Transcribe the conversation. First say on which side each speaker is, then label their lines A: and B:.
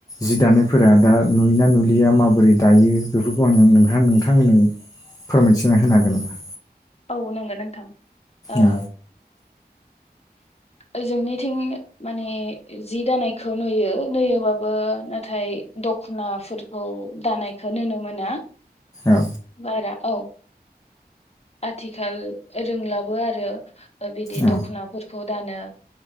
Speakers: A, on the left; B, on the left.
A: जि दानायफोरा दा नुयोना नुलिया माबोरै दायो बेफोरखौ आंनो नोंथां नोंथाङा आंनो फोरमायथिना होनो हागोन नामा?
B: औ नंगो नोंथां ओ
A: औ
B: ओ जोंनिथिं माने जि दानायखौ नुयो नुयोबाबो नाथाय दख'नाफोरखौ दानायखौ ननो मोना
A: औ
B: बारा औ आथिखाल रोंलाबो आरो। ओ बिदि
A: औ
B: दख'नाफोरखौ दानो